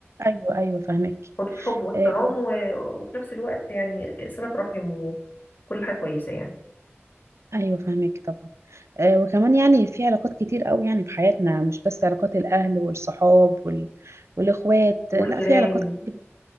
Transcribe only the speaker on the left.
حدود حب واحترام
و... وفي نفس الوقت يعني صلة رحم وكل حاجة كويسة يعني
والجيران